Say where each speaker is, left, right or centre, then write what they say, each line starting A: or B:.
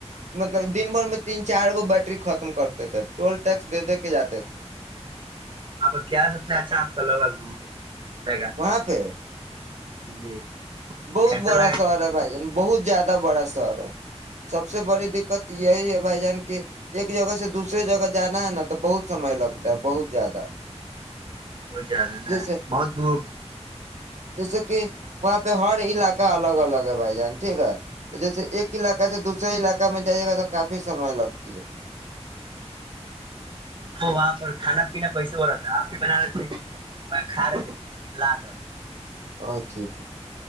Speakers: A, on the right; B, on the right.
A: مطلب دن بھر میں تین چار گو بیٹری ختم کرتے تھے ٹول ٹیکس دے دے کے جاتے تھے
B: اں کیا سب سے اچھا آپ کا لوگا گھومنے کا جگہ
A: وہاں پہ
B: جی
A: بہت
B: کیسا
A: بڑا
B: لگا ایکسپریئنس
A: شہر ہے بائی جان بہت زیادہ زیا بڑا شہر ہے سب سے بڑی دقت یہی ہے بھائی جان کی ایک جگہ سے دوسریے جگہ جانا ہے نا تو بہت سمے لگتا ہے بہت زیادہ
B: وہ زیادہ نا
A: جیسے
B: بہت دور
A: جیسے کہ وہ پ ہر علاق الگ الگ ہے بھائی جان ٹھیک ہے تو جیسے ایک علاق سے دوسرے علاقہ میں جائیے گا تو کافی سمے لگتی ہے
B: وہ وہاں پر کھانا پینا کیسے ہو رہا تھا آپ ہی بنا رہے تھے کھا رہے تھے ل
A: ہ ٹھیک ہے